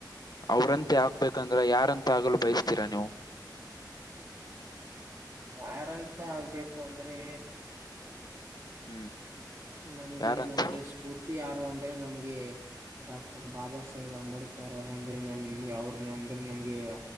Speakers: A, on the left; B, on the right.
A: ಅವ್ರಂತೆ ಆಗ್ಬೇಕಂ ಅಂದ್ರ ಯಾರಂತ ಆಗಲು ಬಯಸ್ತೀರಾ ನೀವು.
B: ಯಾರಂತ ಆಗ್ಬೇಕು ಅಂದ್ರೆ.
A: ಹ್ಮ್
B: ನಮಗೆ
A: ಯಾರಂತ
B: ನಮ್ಗೆ ಸ್ಫೂರ್ತಿ ಯಾರು ಅಂದ್ರೆ ನಮ್ಗೆ ಡಾಕ್ ಟರ್ ಬಾಬಾ ಸಾಹೇಬ್ ಅಂಬೇಡ್ಕರ್ ಅವ್ರಂದ್ರೆ ನಮ್ ಮ್ಗೆ ಅವ್ರ ಅಂದ್ರೆ ನಮ್ಗೆ